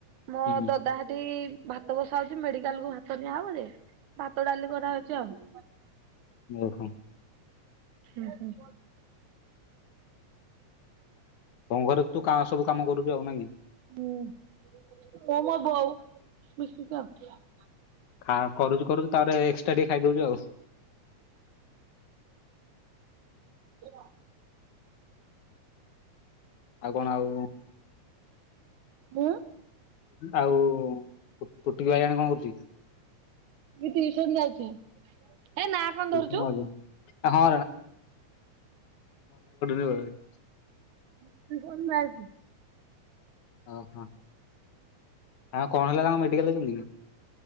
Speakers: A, on the right; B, on the left.
A: ମୋ
B: ହୁଁ
A: ଦଦାହାଗ୍ଧ୍ଲଭାତ ବସା ହଉଛି ମେଡିକାଲ କୁ ଭାତ ନିଆହବ ଯେ।। ଭାତ ଡାଲି କରାହଉଛି ଆଉ।
B: ଦେଖ
A: ହୁଁ ହୁଁ।
B: ତ ଘରେ ତୁ କା ସବୁ କାମ କରୁଛୁ ଆଉ ନ କି।
A: ହୁଁ କ ମା ବୋଉ ଆଉ ସ୍ତିତିପ୍ରଙ୍ଗ।
B: ଖା କରୁଛୁ କରୁଛୁ ତାପରେ ଏକ୍ସଟ୍ରା ଟିକେ ଖାଇଦଉଛୁ ଆଉ
A: ।
B: ଆଉ କଣ ଆଉ।
A: ମୁଁ
B: ଆଉ ଫୁଟିକି ବାରିଲାଣି କଣ କରୁଛି।
A: ଟିଉସନ ଯାଇଛ ହେ ନା କଣ
B: ଟିଉସନ
A: ଧରୁଛୁ।
B: ଯାଉଛି। ହଁ <unintelligible>
A: କ <inaudible> <unintelligible>
B: ଓହୋ ଆଉ କଣ ହେଲା ତାଙ୍କ ମେଡିକାଲ ଯାଇଛନ୍ତି କି?